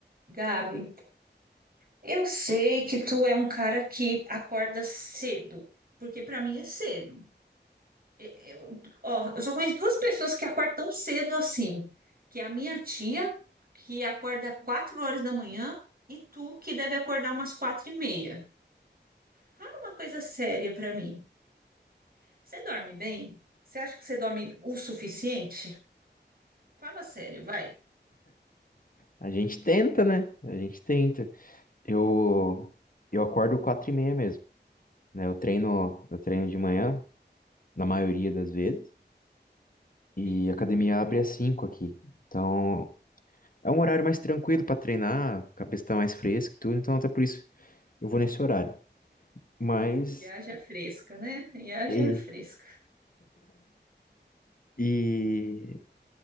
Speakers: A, on the right; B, on the left.
A: Gabi, eu sei que tu é um cara que acorda cedo, porque para mim é cedo. Eu, eu- ó, eu só conheço duas pessoas que acordam tão cedo assim, que é a minha tia, que acorda quatro horas da manhã, e tu, que deve acordar umas quatro e meia. Fala uma coisa séria para mim. Você dorme bem? Você acha que você dorme o suficiente? Fala sério, vai.
B: A gente tenta, né? A gente tenta. Eu, eu acordo quatro e meia mesmo, né? Eu treino, eu treino de manhã, na maioria das vezes, e
A: Sim,
B: a academia abre às cinco aqui. Então, é um horário mais tranquilo para treinar, a cabeça tá mais fresca e tudo, então até por isso eu vou nesse horário. Mas,
A: e haja fresca, né? E haja
B: e,
A: fresca.
B: e